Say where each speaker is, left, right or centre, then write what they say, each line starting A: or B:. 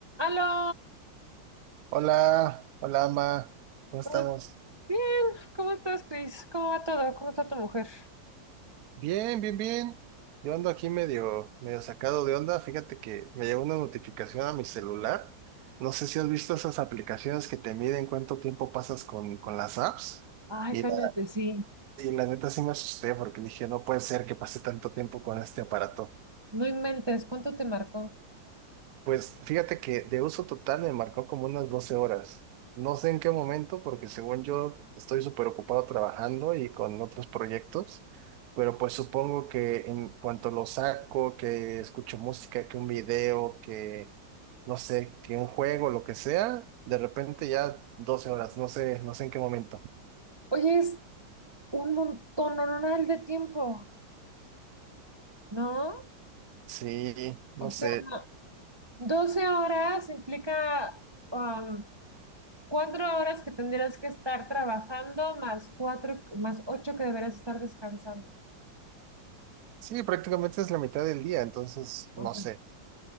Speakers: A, on the right (about 15°); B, on the right (about 70°).
A: Aló,
B: Hola, hola, ma. ¿Cómo
A: ¿cómo,
B: estamos?
A: bien, ¿cómo estás, Cris? ¿Cómo va todo? ¿Cómo está tu mujer?
B: Bien, bien, bien. Yo ando aquí medio, medio sacado de onda. Fíjate que me llegó una notificación a mi celular. No sé si has visto esas aplicaciones que te miden cuánto tiempo pasas con, con las apps.
A: Ay,
B: Y
A: cállate,
B: la,
A: sí.
B: y la neta sí me asusté porque dije, no puede ser que pase tanto tiempo con este aparato.
A: No inventes, ¿cuánto te marcó?
B: Pues fíjate que de uso total me marcó como unas 12 horas. No sé en qué momento, porque según yo estoy súper ocupado trabajando y con otros proyectos, pero pues supongo que en cuanto lo saco, que escucho música, que un video, que no sé, que un juego, lo que sea, de repente ya 12 horas, no sé, no sé en qué momento.
A: Oye, es un montón de tiempo, ¿no?
B: Sí, no
A: O sea,
B: sé.
A: 12 horas implica um, 4 horas que tendrías que estar trabajando más 4, más 8 que deberías estar descansando.
B: Sí, prácticamente es la mitad del día, entonces
A: Entonces,
B: no sé.